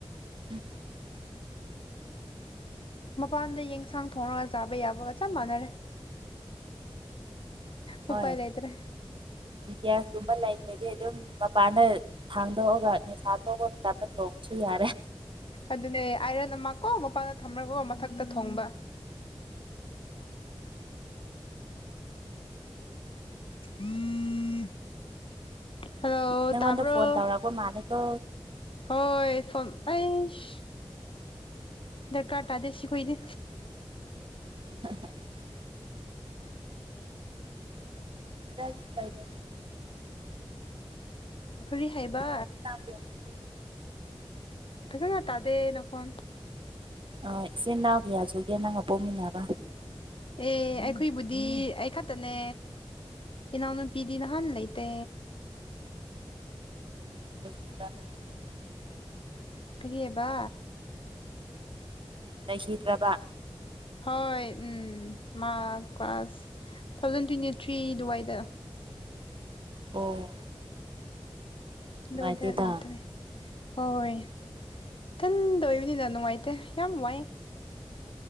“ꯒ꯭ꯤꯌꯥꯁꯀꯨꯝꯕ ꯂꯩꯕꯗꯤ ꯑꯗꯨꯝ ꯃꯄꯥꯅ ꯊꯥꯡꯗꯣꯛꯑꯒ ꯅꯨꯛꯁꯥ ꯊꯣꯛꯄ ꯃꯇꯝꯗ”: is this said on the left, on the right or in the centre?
Right